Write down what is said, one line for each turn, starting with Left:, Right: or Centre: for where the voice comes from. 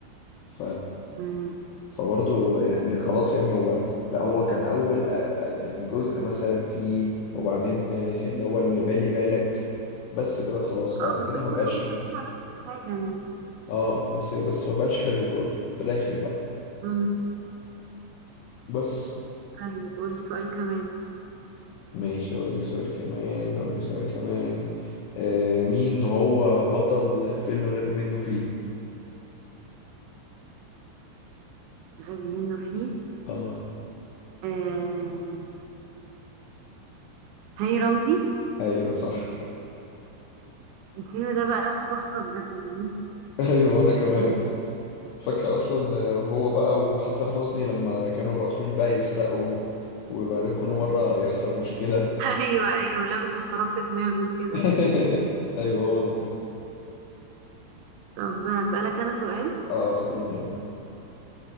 Left: ف
Right: مم.
Left: فبرضه يعني خلاص يعني هو لا هو كان اول آه، آه، يعني جزء مثلا فيه وبعدين آه، اللي هو اللي بالي بالك بس كده خلاص بعد
Right: اه
Left: كده
Right: بس دول
Left: ما
Right: كلهم
Left: بقاش
Right: ما
Left: حلو
Right: كانوش على نفس الحاجة يعني
Left: اه بس بس ما بقاش حلو برضه في الاخر بقى
Right: مم.
Left: بس
Right: طيب قول لي سؤال كمان
Left: ماشي اقول لك سؤال كمان اقول لك سؤال كمان آه مين هو بطل فيلم غبي منه فيه
Right: غبي منه فيه
Left: اه
Right: آه هاني رمزي
Left: ايوه صح
Right: الفيلم ده بقى تحفة بجد انا بموت
Left: <laughs> ايوه انا كمان
Right: فيه <laughs>
Left: فاكرة أصلا آه، هو بقى وحسن حسني لما كانوا رايحين بقى يسرقوا وبعدين كل مرة يحصل مشكلة
Right: ايوه ايوه لابس الشراب في دماغه وكده
Left: <laughs> أيوه هو ده
Right: طب هسألك انا سؤال
Left: اه سأليني اه